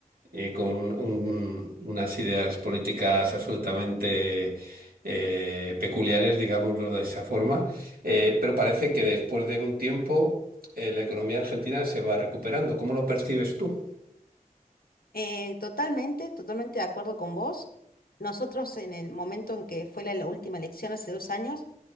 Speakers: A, on the right; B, on the left.
A: eh, con un- unas ideas políticas absolutamente eh, peculiares, digámoslo de esa forma, Eh, pero parece que después de un tiempo eh, la economía argentina se va recuperando. ¿Cómo lo percibes tú?
B: Eh, totalmente, totalmente de acuerdo con vos. Nosotros en el momento en que fue la la última elección hace dos años,